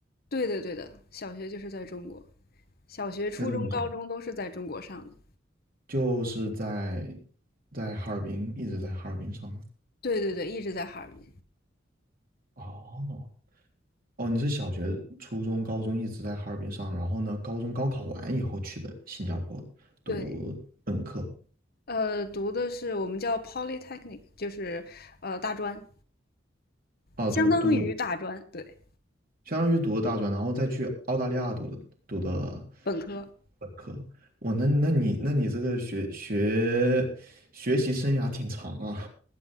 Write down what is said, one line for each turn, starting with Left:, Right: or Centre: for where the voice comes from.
Left: 对的，对的，小学就是在中国，小学、初中、
Right: 在中国上
Left: 高中都是在中国上的。
Right: 就是在在哈尔滨一直在哈尔滨上的。
Left: 对对对，一直在哈尔滨。
Right: 哦，哦，你是小学、初中、高中一直在哈尔滨上，然后呢，高中高考完以后去的新加坡读本科
Left: 对，呃，读的是我们叫 polytechnic，就是呃大专，
Right: 啊，
Left: 相当于大专，
Right: 读读
Left: 对，
Right: 相当于读的大专，然后再去澳大利亚读的读的
Left: 本科。
Right: 本科。哇，那那你那你这个学学学习生涯挺长啊。